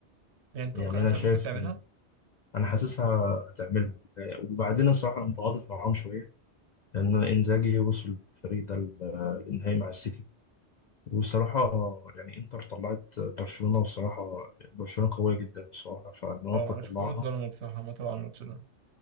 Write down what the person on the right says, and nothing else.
يعني توقع
انتر
ممكن تعملها؟
اه
انا شفتهم اتظلموا بصراحة ما طلعوا الماتش ده